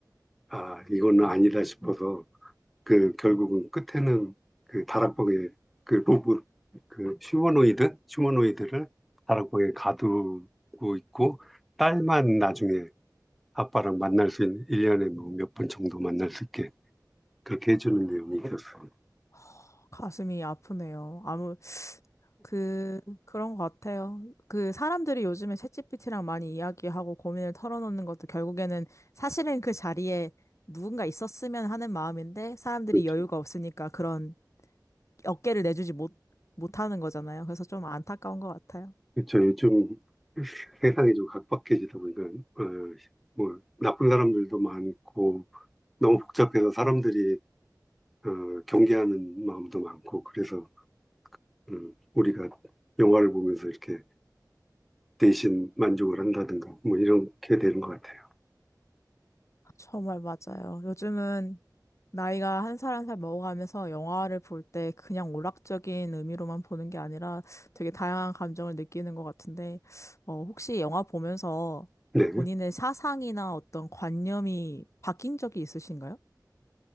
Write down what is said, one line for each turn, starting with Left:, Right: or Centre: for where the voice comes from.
Centre: 아, 이거는 아니다 싶어서 그 결국은 끝에는 그 다락방에 그 로봇 그 휴머노이드 휴머노이드를 다락방에 가두고 있고 딸만 나중에 아빠랑 만날 수 있는 일년에 뭐 몇 번 정도 만날 수 있게 그렇게 해주는 내용이 있었어요.
Left: 허, 가슴이 아프네요. 아무, 그, 그런 것 같아요. 그, 사람들이 요즘에 챗GPT랑 많이 이야기하고 고민을 털어놓는 것도 결국에는 사실은 그 자리에 누군가 있었으면 하는 마음인데, 사람들이
Centre: 그렇죠.
Left: 여유가 없으니까 그런 어깨를 내주지 못, 못하는 거잖아요. 그래서 좀 안타까운 것 같아요.
Centre: 그렇죠. 요즘 세상이 좀 각박해지다 보니까 어, 뭐 나쁜 사람들도 많고 너무 복잡해서 사람들이 어, 경계하는 마음도 많고 그래서 음, 우리가 영화를 보면서 이렇게 대신 만족을 한다든가 뭐 이렇게 되는 것 같아요.
Left: 정말 맞아요. 요즘은 나이가 한 살 한 살 먹어가면서 영화를 볼 때 그냥 오락적인 의미로만 보는 게 아니라 되게 다양한 감정을 느끼는 것 같은데, 어, 혹시 영화 보면서
Centre: 네.
Left: 본인의 사상이나 어떤 관념이 바뀐 적이 있으신가요?